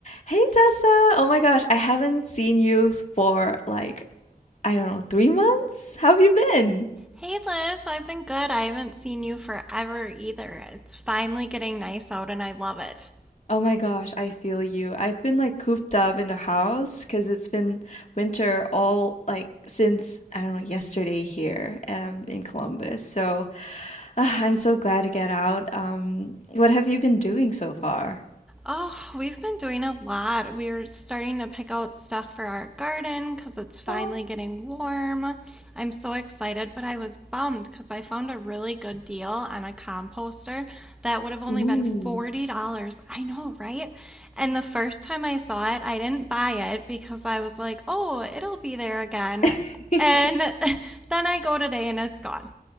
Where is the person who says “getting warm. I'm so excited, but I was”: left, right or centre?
Centre